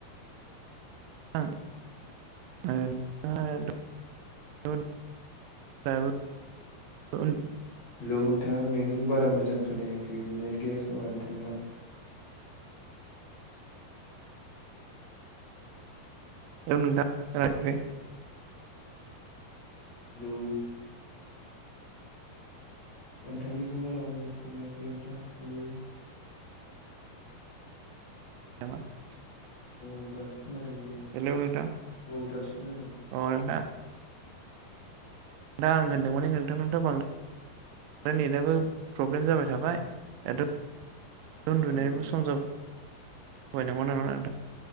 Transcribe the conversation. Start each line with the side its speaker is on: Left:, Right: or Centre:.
Right: <unintelligible> <unintelligible>
Left: हेलौ नोथां नोंनिखौ बारा मोजां जों खोनायाखै नेट गैया खोमा नोंथांना
Right: औ नोंथां <unintelligible>
Left: हेलौ नोंथांनिखौ बारा मोजां खोनायाखै नोंथां हेलौ <inaudible>
Right: <unintelligible>
Left: औ दासो खोनादों नोंथां
Right: हेलौ नोंथां
Left: औ दासो खोनादों
Right: अ नोंथां दा आं होनदों माने नोंथांनावथ' बां नेटआबो प्रब्लेम जाबाय थाबाय दाथ' उनदुनायबो
Left: औ औ
Right: सम जाबाय <unintelligible> नङा नोंथां?